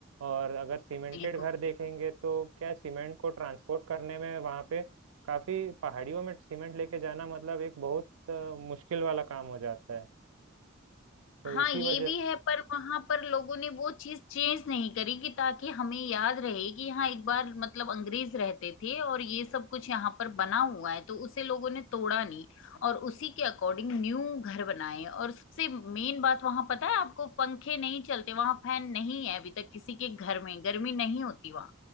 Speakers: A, on the right; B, on the left.
A: और अगर सीमेंटेड
B: बिल्कुल
A: घर देखेंगे तो क्या है, सीमेंट को ट्रांसपोर्ट करने में वहाँ पे काफी पहाड़ियों में सीमेंट लेके जाना मतलब एक बहुत अ, मुश्किल वाला काम हो जाता है तो
B: हाँ
A: इसी
B: ये
A: वजह
B: भी
A: से
B: है पर वहां पर लोगों ने वो चीज चेंज नहीं करी कि ताकि हमें याद रहे कि हाँ एक बार मतलब अंग्रेज रहते थे और ये सब कुछ यहाँ पर बना हुआ है तो उसे लोगों ने तोड़ा नहीं और उसी के अकॉर्डिंग न्यू घर बनाए और सबसे मेन बात वहां पता है आपको पंखे नहीं चलते वहां फैन नहीं है अभी तक किसी के घर में गर्मी नहीं होती वहां